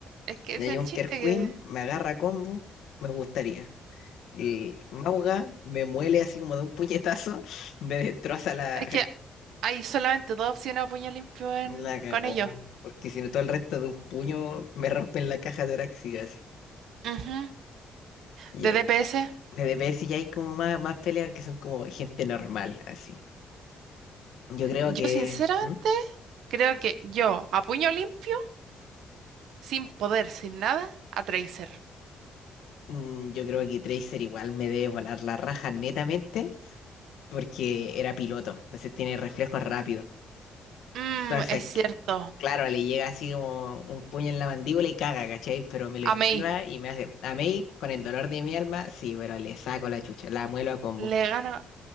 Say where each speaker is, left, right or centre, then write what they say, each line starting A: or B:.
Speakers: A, on the right; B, on the left.
A: es que
B: De
A: es el
B: Junker
A: chiste
B: Queen
A: que.
B: me agarra combo, me gustaría. Y Mauga me muele así como de un puñetazo, <laughs> me destroza la.
A: Es que hay solamente dos opciones a puño limpio en,
B: La cagó.
A: con ellos.
B: Porque si no, todo el resto de un puño me rompen la caja torácica así.
A: Ujú.
B: Y
A: De
B: ahí
A: DPS.
B: De DPS ya hay como más, más peleas que son como gente normal, así. Yo creo
A: Yo
B: que.
A: sinceramente
B: ¿Mm?
A: creo que yo, a puño limpio, sin poder, sin nada, a Tracer.
B: Mm, Yo creo que Tracer igual me debe volar la raja netamente porque era piloto, entonces tiene reflejos rápidos.
A: Mm,
B: Entonces,
A: es cierto.
B: c- claro, le llega así como un puño en la mandíbula y caga, ¿cachai? Pero me lo
A: A
B: esquiva
A: Mei
B: y me hace. A Mei, con el dolor de mi alma, sí, pero le saco la chucha, la muelo a combo.
A: le gana